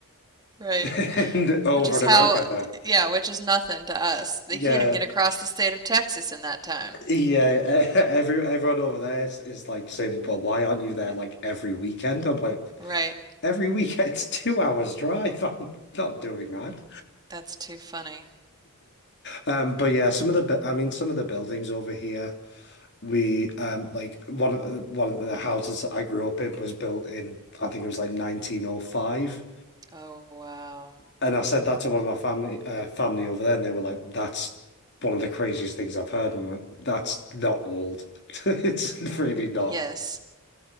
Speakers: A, on the right (about 20°); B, on the left (about 50°).
A: right.
B: <laughs> and over
A: Which is
B: in
A: how,
B: America there.
A: yeah, which is nothing to us. They
B: Yeah,
A: can't even get across the state of Texas in that time. <laughs>
B: Yeah, e- <laughs> every everyone over there is, is like saying, "But why aren't you there like every weekend?" I'm like,
A: Right.
B: "Every weekend, it's two hours drive. <laughs> I'm not doing that."
A: That's too funny.
B: Um, but yeah, some of the, bu- I mean, some of the buildings over here, we um, like one of the, one of the houses that I grew up in was built in, I think it was like 1905,
A: Oh, wow.
B: and I said that to one of my family uh, family over there, and they were like, "That's one of the craziest things I've heard." And I'm like, "That's not old. <laughs> It's really not."
A: Yes,